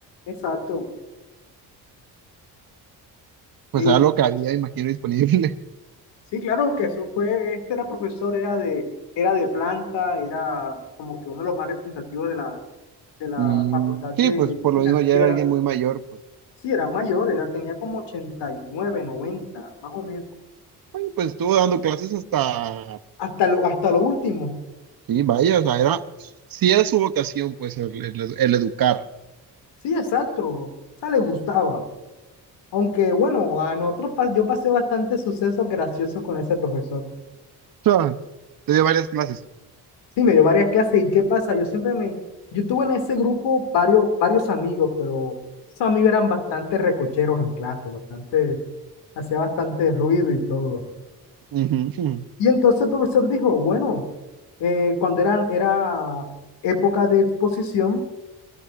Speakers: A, on the left; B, on the right.
A: Exacto.
B: Pues
A: Li-
B: era lo que había, imagino, disponible. <laughs>
A: Sí, claro que eso fue, este era profesor, era de, era de planta, era como que uno de los más representativos de la, de la
B: Mm,
A: facultad de
B: sí, pues por
A: financiera.
B: lo mismo ya era alguien muy mayor, pues.
A: Sí, era mayor, era, tenía como ochenta y nueve 90 más o menos.
B: Ay, Pues estuvo dando clases hasta,
A: Hasta lo, hasta lo último.
B: sí, vaya, o sea, era, sí era su vocación, pues, el, el- el educar.
A: Sí, exacto. O sea, le gustaba. Aunque bueno, a nosotros pas- yo pasé bastantes sucesos graciosos con ese profesor.
B: O sea, te dio varias clases.
A: Sí, me dio varias clases y ¿qué pasa? Yo siempre me, yo tuve en ese grupo varios, varios amigos, pero esos amigos eran bastante recocheros en clase, bastante, hacía bastante ruido y todo.
B: Ujú, ujú.
A: Y entonces el profesor dijo, bueno, eh, cuando eran, era época de exposición,